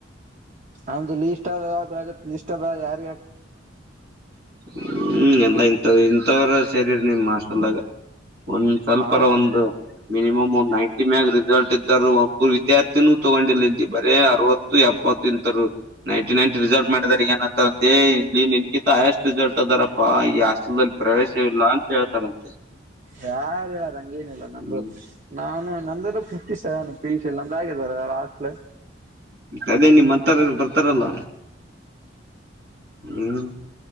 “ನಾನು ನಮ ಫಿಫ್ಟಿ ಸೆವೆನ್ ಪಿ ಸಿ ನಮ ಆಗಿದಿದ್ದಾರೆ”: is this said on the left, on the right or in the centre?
Right